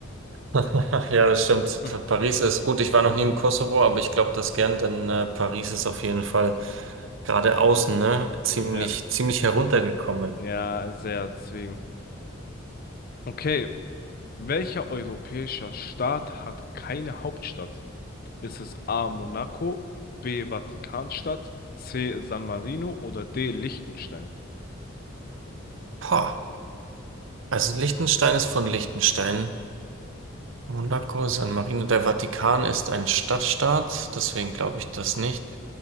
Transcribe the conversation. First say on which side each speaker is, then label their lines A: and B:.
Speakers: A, on the right; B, on the left.
A: <laughs> Ja, das stimmt.
B: Mhm.
A: Pa- Paris ist gut. Ich war noch nie im Kosovo, aber ich glaube das gern, denn äh, Paris ist auf jeden Fall gerade außen, ne, ziemlich,
B: Ja,
A: ziemlich heruntergekommen.
B: ja, sehr, deswegen. Okay, welcher europäischer Staat hat keine Hauptstadt? Ist es A. Monaco, B. Vatikanstadt, C. San Marino oder D. Liechtenstein?
A: Pah. Also Liechtenstein ist von Liechtenstein. Monaco, San Marino, der Vatikan ist ein Stadtstaat, deswegen glaube ich das nicht.